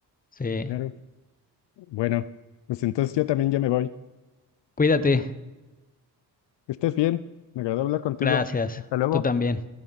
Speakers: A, on the left; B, on the left.
A: Sí.
B: Claro. Bueno, pues entonces yo también ya me voy.
A: Cuídate.
B: Que estés bien. Me agradó hablar contigo.
A: Gracias.
B: Hasta luego.
A: Tú también.